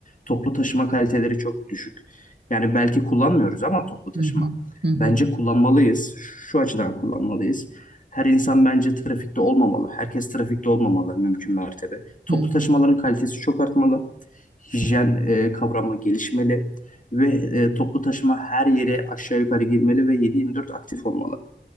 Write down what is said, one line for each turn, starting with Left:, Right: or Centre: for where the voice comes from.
Left: Toplu taşıma kaliteleri çok düşük. Yani belki kullanmıyoruz ama toplu taşıma.
Right: hı, hı hı,
Left: Bence kullanmalıyız. Şu açıdan kullanmalıyız. Her insan bence trafikte olmamalı. Herkes trafikte olmamalı mümkün mertebe. Toplu
Right: hı hı.
Left: taşımaların kalitesi çok artmalı. Hijyen e, kavramı gelişmeli ve e, toplu taşıma her yere aşağı yukarı girmeli ve 7/24 aktif olmalı.